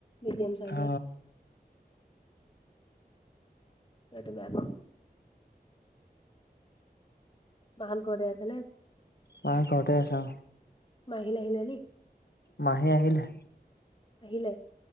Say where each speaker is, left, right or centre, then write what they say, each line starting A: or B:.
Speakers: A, on the left (about 30°); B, on the left (about 80°).
A: মিডিয়াম চাইজৰ
B: অ
A: সেইটো বেয়া পাও মাহত ঘৰতে আছে নে
B: মায়ে ঘৰতে আছে অ
A: মহীলে আহিলে লিক
B: মাহী আহিলে?
A: আহিলে।